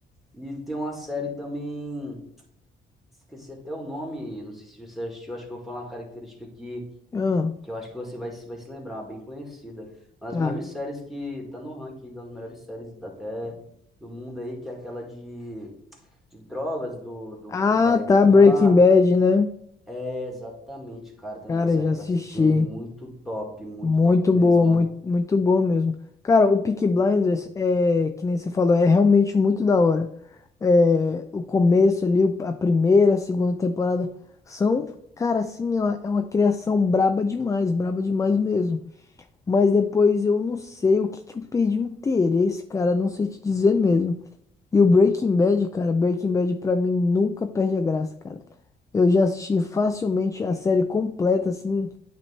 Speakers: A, in the centre; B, on the left.
A: E tem uma série também, esqueci até o nome, não sei se você assistiu, acho que eu vou falar uma característica aqui
B: Ah,
A: que eu acho que você vai, se- vai se lembrar, bem conhecida. Uma
B: tá.
A: das melhores séries que tá no ranking das melhores séries até do mundo aí, que é aquela de, de drogas do, do,
B: Ah,
A: do carequinha
B: tá. Breaking
A: lá.
B: Bad, né?
A: É, exatamente, cara, também
B: Cara,
A: é uma série
B: eu já assisti.
A: que eu assisti, muito top, muito
B: Muito
A: top
B: boa,
A: mesmo,
B: muito,
A: ó.
B: muito bom mesmo. Cara, o Peaky Blinders é, que nem você falou, é realmente muito da hora. É, o começo ali, o- a primeira, a segunda temporada são, cara, assim, é uma, é uma criação braba demais, braba demais mesmo. Mas depois eu não sei o que que eu perdi o interesse, cara, não sei te dizer mesmo. E o Breaking Bad, cara, Breaking Bad pra mim nunca perde a graça, cara. Eu já assisti facilmente a série completa, assim.